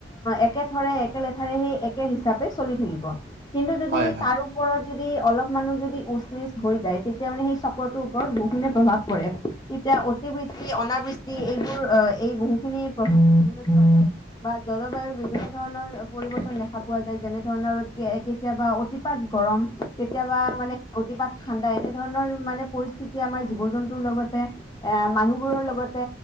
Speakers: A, on the left; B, on the right.
A: একেথাৰে একে লেথাৰে সেই একে হিচাপে চলি থাকিব। কিন্তু যদি,
B: হয় হয় হয়
A: তাৰ ওপৰত। যদি অলপ মানুহ যদি। হৈ যায়, তেতিয়া মানে সেই চক্ৰটোৰ ওপৰত বহুখিনি প্ৰভাৱ পৰে তেতিয়া অতিবৃষ্টি অনাবৃষ্টি এইবোৰ আহ, এই বহুখিনি প্ৰভাৱ বা জলবায়ু বিভিন্ন ধৰণৰ পৰিবৰ্তন দেখা পোৱা যায়। যেনে ধৰণৰ কেতিয়াবা অতিপাত গৰম। কেতিয়াবা মানে। কিবা ঠাণ্ডা এনেধৰণৰ মানে পৰিস্থিতি আমাৰ জীৱ জন্তুৰ লগতে এ মানুহবোৰৰ লগতে